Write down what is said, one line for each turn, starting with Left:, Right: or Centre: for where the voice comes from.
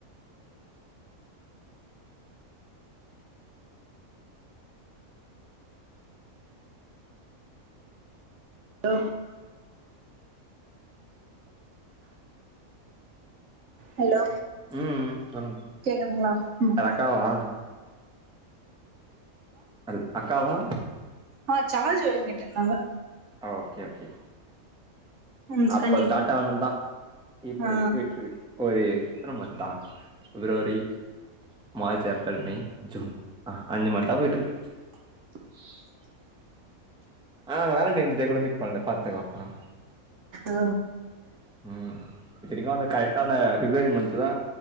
Right: ஓ. ஹலோ.
Centre: ம் சொல்லுங்க
Right: கேக்குதுங்களா உம்.
Centre: அது அக்காவா அல் அக்காவா
Right: ஆ சார்ஜ் ஒயர் கெட்டிருந்தாங்க
Centre: ஓகே ஓகே.
Right: ம்
Centre: அப்ப
Right: கண்டினியூ
Centre: ஸ்டார்ட் ஆனதா இப்பவே
Right: ஆ
Centre: போயிட்டுருக்கு ஒரே க்க நம தா February March April May June ஆ அஞ்சு மந்தா போயிட்டுருக்கு
Right: <inaudible>
Centre: ஆ வேலன்டைன்ஸ்டே கூட மிட் பண்ல பாத்துக்கொ அப்புனா.
Right: ஆ.
Centre: உம் இத்தனைக்கு அந்த கரெக்டான அந்த பிப்ரவரி மந்த்துதா